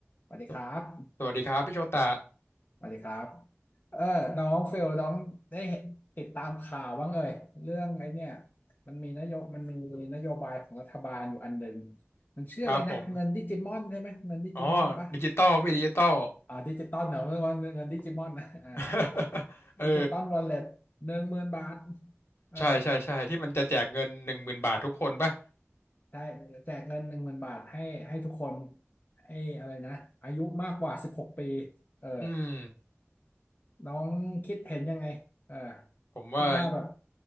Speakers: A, on the left (about 40°); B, on the left (about 55°).
A: สวัสดีครับ
B: สสวัสดีครับพี่โชตะ
A: สวัสดีครับเออน้องเฟล น้องได้เห็นติดตามข่าวบ้างเอ่ย เรื่องไอ้เนี่ยมันมีนโยมันมีนโยบายของรัฐบาลอยู่อันหนึ่งมันชื่ออะไรนะเงินดิจิมอนใช่ไหม
B: ครับผม
A: เงินดิจิมอนปะ
B: อ๋อดิจิตอลพี่ดิจิตอล
A: อ่า ดิจิตอลเหรอเม่อวนเงินดิจิมอนนะอ่า
B: <laughs> เออ
A: ดิจิตอลวอลเล็ตหนึ่งหมื่นบาทเออ
B: ใช่ใช่ใช่ที่มันจะแจกเงินหนึ่งหมื่นบาททุกคนป่ะ
A: ใช่แจกเงินหนึ่งหมื่นบาทให้ให้ทุกคนให้อะไรนะอายุมากกว่าสิบหกปีเออ
B: อืม
A: น้องคิดเห็นยังไงเออ
B: ผมว่า
A: คิดว่าแบบ